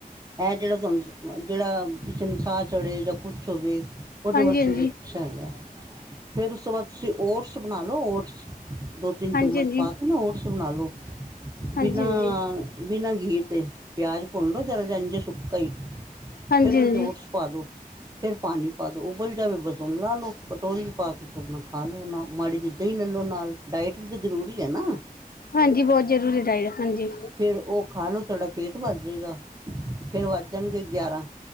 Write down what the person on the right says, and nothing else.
ਐ ਜੇੜਾ ਤਾਨੂੰ ਜੇੜਾ ਕਿਸੇ ਨੂੰ ਸਾਹ ਚੜੇ ਜਾਂ ਕੁਛ ਹੋਵੇ ਓਦੇ
ਵਾਸਤੇ
ਵੀ ਅ ਅੱਛਾ ਹੈਗਾ ਫਿਰ ਉਸ ਤੋਂ ਬਾਅਦ ਤੁਸੀਂ ਓਟਸ ਬਣਾ ਲਓ ਓਟਸ ਦੋ-ਤਿੰਨ
ਚਮਚ
ਪਾਕੇ ਨਾ ਓਟਸ ਬਣਾ ਲੋ
ਬਿਨਾਂ
ਬਿਨਾਂ ਘੀ ਤੇ ਪਿਆਜ ਭੁੰਨ ਲੋੋ ਜਰਾ ਜਯਾ ਇੰਝੇ ਸੁੱਕਾ ਈ
ਫਿਰ ਓਦੇ
ਚ ਓਟਸ
ਪਾ ਦੋ ਫਿਰ ਪਾਨੀ ਪਾ ਦੋ ਉਬਲ ਜਾਵੇ ਬਸ ਓਨੂ ਲਾ ਲੋ ਕਟੋਰੀ ਚ ਪਾ ਕੇ ਅਪਣਾ ਖਾ ਲੋ ਨਾ ਮਾੜੀ ਜੀ ਦਈ ਲੈਲੋ ਨਾਲ ਡਾਇਟ ਵੀ ਤੇ ਜ਼ਰੂਰੀ ਏ ਨਾ
ਫੇਰ ਓ ਖਾ ਲੋ ਤੁਆਡਾ ਪੇਟ ਪਰ ਜੇਗਾ ਫੇਰ ਵੱਜ ਜਾਣਗੇ ਗਿਆਰਾਂ